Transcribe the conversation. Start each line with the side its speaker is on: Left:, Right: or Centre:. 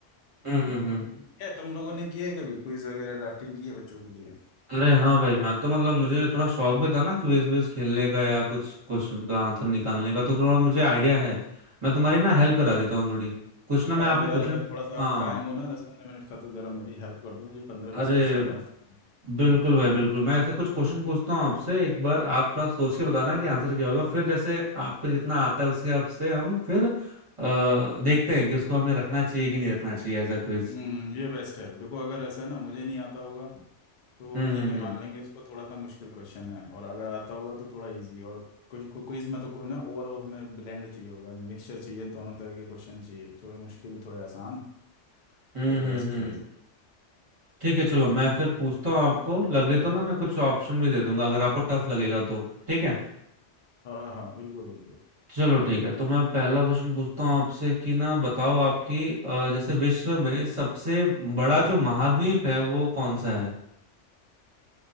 Right: हम्म हम्म हम्म
Left: कब क्या है, तुम लोगों ने किया है कभी क्विज वगैरह ड्राफ्टिंग की है बच्चों के लिए
Right: अरे हाँ भाई मैं तो मतलब मुझे थोड़ा शौक भी था ना क्विज विज खेलने का या कुछ क्वेश्चन का आंसर निकालने का तो थोड़ा मुझे आइडिया है मैं तुम्हारी ना हेल्प करा देता हूँ थोड़ी कुछ ना मैं
Left: करा
Right: आपको
Left: दो यार
Right: क्वेश्चन
Left: अगर थोड़ा सा
Right: हाँ
Left: टाइम हो ना दस पंद्रह मिनट का तो जरा मेरी हेल्प कर दो मुझे पंद्रह
Right: अरे
Left: बीस क्वेश्चन ड्राफ्ट
Right: बिल्कुल भाई बिल्कुल मैं ऐसे कुछ क्वेश्चन पूछता हूँ आपसे एक बार आप थोड़ा सोच के बताना कि आंसर क्या होगा फिर जैसे आपको जितना आता है उसके हिसाब से हम फिर अ, देखते हैं कि उसको हमें रखना चाहिए कि नहीं रखना चाहिए एज अ क्विज
Left: हम्म ये बेस्ट है देखो अगर ऐसा है ना मुझे नहीं आता होगा तो
Right: हम्म
Left: ठीक
Right: हम्म
Left: है मान
Right: हम्म।
Left: लेंगे उसको थोड़ा सा मुश्किल क्वेश्चन है और अगर आता होगा तो थोड़ा इजी और कुछ क्विज में तो को- ना ओवरऑल हमें ब्लेंड चाहिए होगा मिक्सचर चाहिए दोनों तरह के क्वेश्चन चाहिए थोड़े मुश्किल थोड़े आसान
Right: हम्म
Left: वो
Right: हम्म
Left: बेस्ट
Right: हम्म।
Left: रहेगी
Right: ठीक है चलो मैं
Left: ठीक
Right: फिर पूछता हूँ आपको लगे तो ना मैं कुछ ऑप्शन भी दे दूंगा अगर आपको टफ लगेगा तो ठीक है
Left: है हाँ हाँ बिल्कुल बिल्कुल
Right: चलो ठीक है तो मैं पहला क्वेश्चन पूछता हूँ आपसे कि ना बताओ आपकी अ, जैसे विश्व में सबसे बड़ा जो महाद्वीप है वो कौन सा है